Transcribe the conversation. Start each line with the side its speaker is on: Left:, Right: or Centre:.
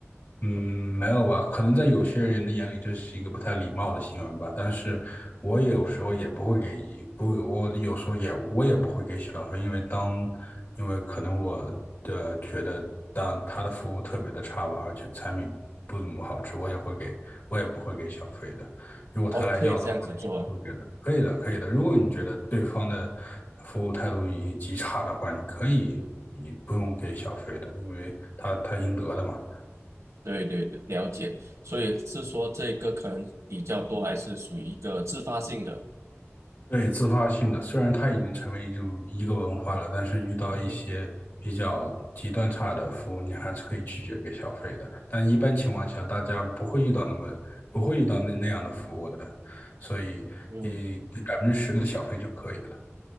Left: 嗯，没有吧？可能在有些人的眼里，这是一个不太礼貌的行为吧。但是我也有时候也不会给，不，我有时候也我也不会给小费，因为当，因为可能我的觉得当他的服务特别的差吧，而且产品不怎么好吃，我也会给，我也不会给小费的。如果他来要的话，
Right: 哦，可以这样子做啊
Left: 也是不会给的。可以的，可以的。如果你觉得对方的服务态度已极差的话，你可以，你不用给小费的，因为他他应得的嘛。
Right: 对对对，了解。所以是说这个可能比较多，还是属于一个自发性的？
Left: 对，自发性的，虽然它已经成为就一个文化了，但是遇到一些比较极端差的服务，
Right: 嗯哼，
Left: 你还是可以拒绝给小费的。但一般情况下，大家不会遇到那么不会遇到那那样的服务的，所以你给百分之十的小费就可以了。
Right: 有